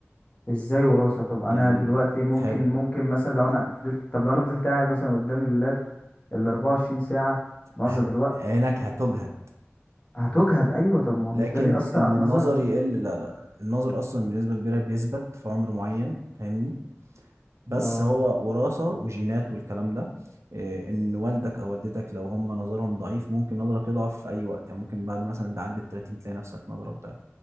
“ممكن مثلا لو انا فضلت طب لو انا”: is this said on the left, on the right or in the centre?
Left